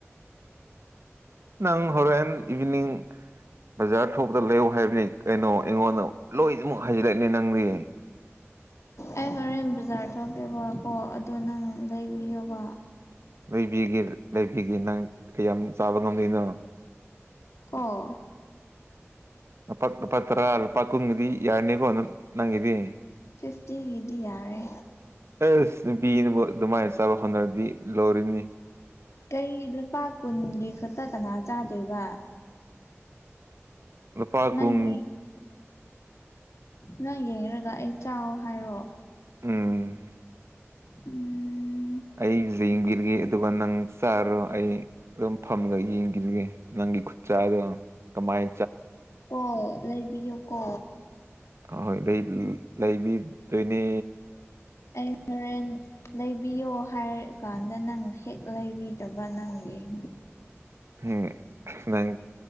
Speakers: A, on the right; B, on the left.
A: ꯅꯪ ꯍꯧꯔꯦꯟ ꯏꯚꯤꯅꯤꯡ ꯕꯖꯥꯔ ꯊꯣꯛꯄꯗ ꯂꯩꯌꯣ ꯍꯥꯏꯕꯅꯦ ꯀꯩꯅꯣ ꯑꯩꯉꯣꯟꯗ ꯂꯣꯏꯅꯃꯛ ꯍꯥꯏꯖꯤꯜꯂꯛꯑꯦ ꯅꯪꯗꯤ
B: ꯑꯩ ꯍꯣꯔꯦꯟ ꯕꯖꯥꯔ ꯊꯣꯛꯀꯦꯕ ꯀꯣ ꯑꯗꯣ ꯅꯪ ꯂꯩꯕꯤꯌꯣꯕ
A: ꯂꯩꯕꯤꯒꯦ ꯂꯩꯕꯤꯒꯦ ꯅꯪ ꯀꯌꯥꯝꯃꯨꯛ ꯆꯥꯕ ꯉꯝꯗꯣꯏꯅꯣ
B: ꯑꯣ
A: ꯂꯨꯄꯥ ꯂꯨꯄꯥ ꯇꯔꯥ ꯀꯨꯟꯅꯗꯤ ꯌꯅꯤꯀꯣ ꯅꯪ ꯅꯪꯒꯤꯗꯤ
B: ꯐꯤꯐꯇꯤꯒꯤꯗꯤ ꯌꯥꯔꯦ
A: ꯑꯁ ꯅꯨꯄꯤꯅꯕꯨ ꯑꯗꯨꯃꯥꯏ ꯁ ꯆꯕ ꯍꯧꯅꯔꯗꯤ ꯂꯣꯏꯔꯦꯅꯦ
B: ꯀꯩꯒꯤ ꯂꯨꯄꯥ ꯀꯨꯟꯒꯤ ꯈꯛꯇ ꯀꯅꯥ ꯆꯥꯗꯣꯏꯕ
A: ꯂꯨꯄꯥ
B: ꯅꯣꯏꯒꯤ
A: ꯀꯨꯟ
B: ꯅꯪ ꯌꯦꯡꯔꯒ ꯑꯦ ꯆꯥꯎ ꯍꯥꯏꯔꯣ
A: ꯎꯝ
B: ꯎꯝ
A: ꯑꯩ ꯖꯦꯡꯕꯤꯔꯒꯦ ꯑꯗꯨꯒ ꯅꯪ ꯆꯥꯔꯣ ꯑꯩ ꯑꯗꯨꯝ ꯐꯝꯃꯒ ꯌꯦꯡꯕꯤꯔꯒꯦ ꯅꯪ ꯒꯤ ꯈꯨꯨꯠꯆꯥꯥꯗꯣ ꯀꯃꯥꯏ
B: ꯀꯣ ꯂꯩꯕꯤꯌꯨ ꯀꯣ
A: ꯍꯣꯏ ꯍꯣꯏ ꯂꯩ ꯂꯩ ꯂꯩꯕꯤ ꯗꯣꯏꯅꯦ
B: ꯑꯩ ꯍꯣꯔꯦꯟ ꯂꯩꯕꯤꯌꯣ ꯍꯥꯏꯔꯥ ꯀꯥꯟ ꯗ ꯅꯪ ꯍꯦꯛ ꯂꯩꯕꯤꯗꯕ ꯅꯪ ꯋꯦꯡꯉꯣ
A: ꯍꯝ ꯅꯪ